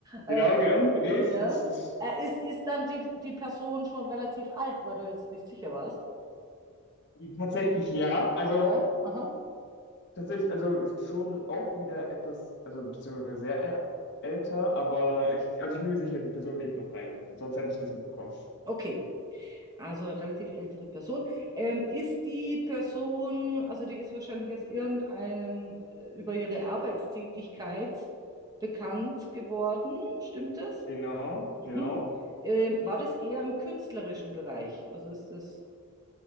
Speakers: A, on the right; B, on the left.
A: äh,
B: Genau, genau. Nee,
A: ja.
B: es ist, ist
A: Äh, ist, ist dann die, die Person schon relativ alt, weil du jetzt nicht sicher warst?
B: Tatsächlich ja. Also
A: Ja, aha.
B: tatsächlich, also schon auch wieder etwas, also beziehungsweise sehr äl- älter, aber ich, also ich bin mir sicher, die Person lebt noch eigentlich. Sonst hätte ich das mitbekommen.
A: Okay. Also relativ ältere Person. Ähm, ist die Person, also die ist wahrscheinlich aus irgendeinem, äh, über ihre Arbeitstätigkeit bekannt geworden, stimmt das?
B: Genau,
A: Mhm.
B: genau.
A: Ähm, war das eher im künstlerischen Bereich? Also ist das